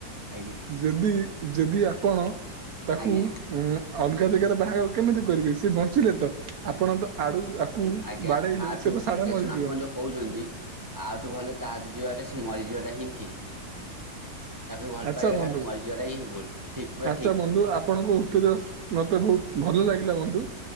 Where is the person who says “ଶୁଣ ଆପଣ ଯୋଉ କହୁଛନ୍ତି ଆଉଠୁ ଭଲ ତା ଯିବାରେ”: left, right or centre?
Right